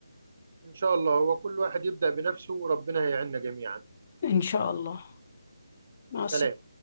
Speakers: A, on the right; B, on the left.
A: إن شاء الله هو كل واحد يبدأ بنفسه وربنا هيعيننا جميعا
B: ان شاء الله مع السلامة
A: سلام